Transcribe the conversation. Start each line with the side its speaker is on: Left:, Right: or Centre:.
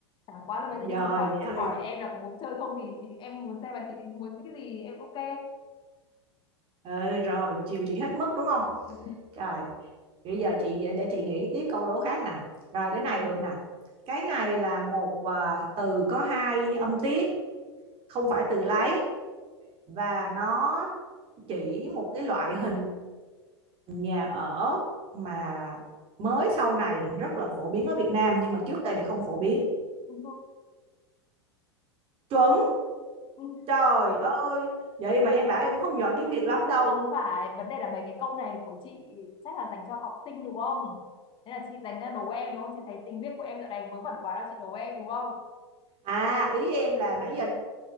Left: chẳng quá là bây giờ như
Right: rồi
Left: chị hỏi
Right: vậy thôi
Left: chị hỏi em là có muốn chơi không thì, thì em muốn xem là chị định muốn cái gì em ok
Right: ừ, rồi chiều chị hết mức đúng không
Left: ừ.
Right: rồi bây giờ chị để, để chị nghĩ tiếp câu đố khác nè rồi cái này được nè cái này là một à, từ có hai âm tiết không phải từ lái và nó chỉ một cái loại hình nhà ở mà mới sau này rất là phổ biến ở Việt Nam nhưng mà trước đây thì không phổ biến
Left: Ừ.
Right: chuẩn
Left: Ừ.
Right: trời ơi vậy mà em bảo em không giỏi tiếng Việt lắm đâu
Left: không phải vấn đề là mấy cái câu này của chị chắc là dành cho học sinh đúng không thế là chị dành ra đố em đúng không chị thấy tiếng Việt của em dạo này vớ vẩn quá đâu chị đố em đúng không
Right: à ý em là nãy giờ